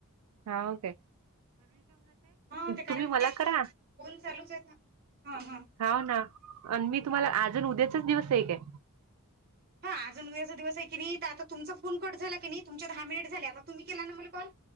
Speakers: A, on the right; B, on the right.
A: हा ओके
B: हा ते
A: तुम्ही
B: कारण
A: मला करा
B: फोन चालूच आहेत ना हा हा
A: हवं ना आणि मी तुम्हाला अजून उद्याचच दिवस एक आहे.
B: हा अजून उदयाचा दिवस आहे की नाही, तर आता तुमचा फोन कट झाला की नाही तुमच्या दहा मिनिट झाले. आता तुम्ही केला ना मला कॉल